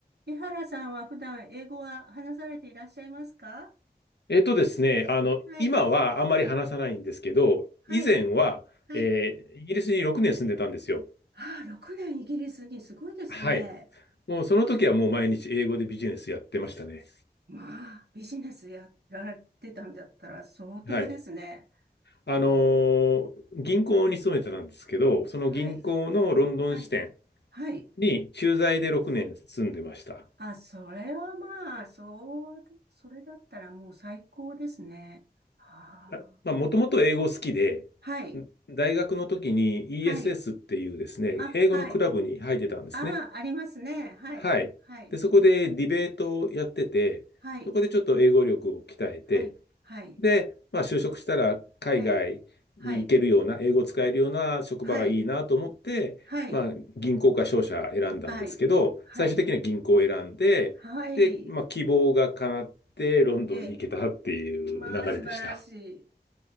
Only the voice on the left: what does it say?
えっとですね、あの、
今はあんまり話さないんですけど、
以前は、
えーイギリスに6年住んでたんですよ。
はい。もうその時はもう毎日英語でビジネスやってましたね。
はい。あのー銀行に勤めてたんですけど、
その銀行のロンドン支店
に駐在で6年住んでました。
あまあ、もともと英語好きで、
ん大学の時に
ESS っていうですね、
英語のクラブに入ってたんですね。
はい。
で、そこでディベートをやってて、
そこでちょっと英語力を鍛えて、
で、まあ就職したら海外に行けるような、
英語使えるような職場がいいなと思って、
まあ銀行か商社選んだんですけど、
最終的には銀行を選んで、
で、まあ希望が叶ってロンドンに行けたっていう流れでした。